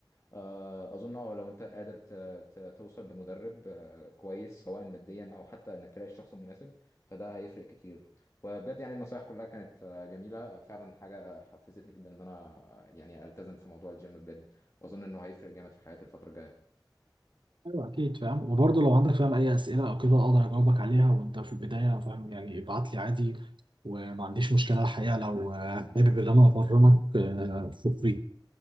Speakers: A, on the left (about 35°); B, on the right (about 80°).
A: آه، اظن اه لو انت قادر ت- ت- توصل لمدرب آه، كويس سواء ماديا او حتى انك تلاقي الشخص المناسب فده هيفرق كتير وبجد يعني النصايح كلها كانت آه، جميلة فعلا حاجة حفزتني جدا ان انا آه، يعني التزم في موضوع الجيم بجد واظن انه هيفرق جامد في حياتي الفترة الجاية
B: ايوه اكيد فاهم وبرضه لو عندك فاهم اي اسئلة او كده اقدر اجاوبك عليها وانت في البداية فاهم يعني ابعت لي عادي وما عنديش مشكلة الحقيقة لو آه، حابب ان انا ابرمك آه، فور فري